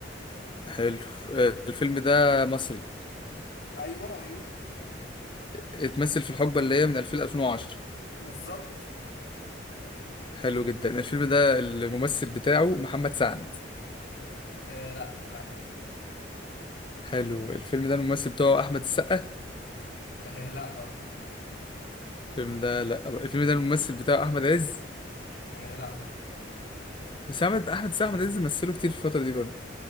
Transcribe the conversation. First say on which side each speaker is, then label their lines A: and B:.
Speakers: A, on the left; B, on the left.
A: حلو آه، الفيلم ده مصري
B: ايوه ايوه
A: اتمثل في الحقبة اللي هي من 2000 ل 2010
B: بالظبط
A: حلو جدا الفيلم ده الممثل بتاعه محمد سعد
B: آه لا لا
A: حلو الفيلم ده الممثل بتاعه احمد السقا
B: آه لا برضو
A: الفيلم ده لا الفيلم ده الممثل بتاعه احمد عز
B: آه لا برضو
A: بس احمد احمد السقا احمد عز مثله كتير في الفتره دي برضه